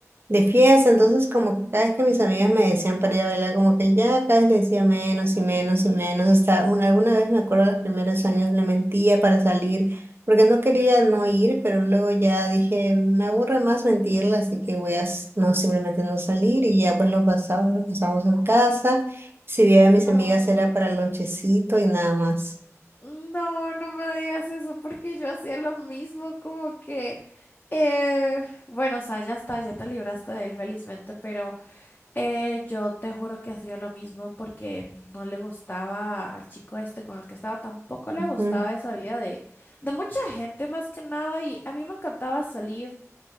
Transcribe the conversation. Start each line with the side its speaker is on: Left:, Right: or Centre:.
Right: de fiesta, entonces como que cada vez que mis amigas me decían para ir a bailar, como que ya cada vez le decía menos y menos y menos, hasta una, alguna vez me acuerdo los primeros años le mentía para salir, porque no quería no ir, pero luego ya dije, me aburre más mentirle, así que voy a s- no simplemente no salir y ya pues lo pasamos, lo pasamos en casa, si veía a mis
Left: No,
Right: amigas era para el lonchecito y nada más.
Left: no, no me digas eso porque yo hacía lo mismo, como que, eh, Bueno, o sea, ya está, ya te libraste de él felizmente, pero Eh, yo te juro que hacía lo mismo porque no le gustaba al chico este con el que estaba, tampoco le gustaba
Right: Ujú,
Left: esa vida de, de mucha gente más que nada y a mí me encantaba salir